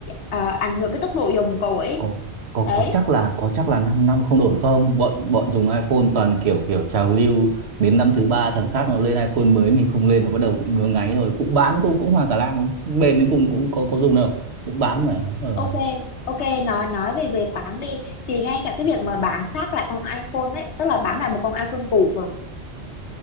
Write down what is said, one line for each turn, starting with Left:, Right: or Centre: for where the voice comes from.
Left: à, ảnh hưởng cái tốc độ dùng của cậu ấy
Right: có có
Left: đấy
Right: có chắc là có chắc là 5 năm năm không đổi không bọn bọn dùng iPhone toàn kiểu kiểu trào lưu đến năm thứ ba thằng khác nó lên iPhone mới mình không lên nó bắt đầu cũng ngứa ngáy rồi cũng bán cũng cũng hoa cả lang bền đến cùng cũng có có dùng đâu cũng bán mà ờ
Left: Ok, ok nói nói về việc bán đi thì ngay cả cái việc mà bán xác lại con iPhone ấy, tức là bán lại một con iPhone cũ mà,